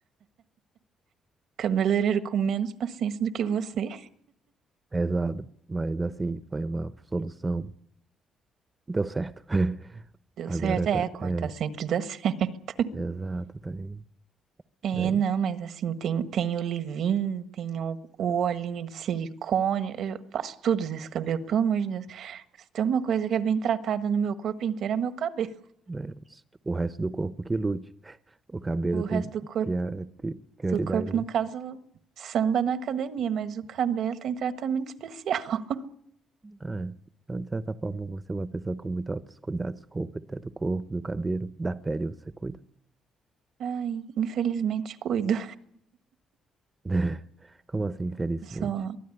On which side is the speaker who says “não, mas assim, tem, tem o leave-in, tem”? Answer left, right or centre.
Right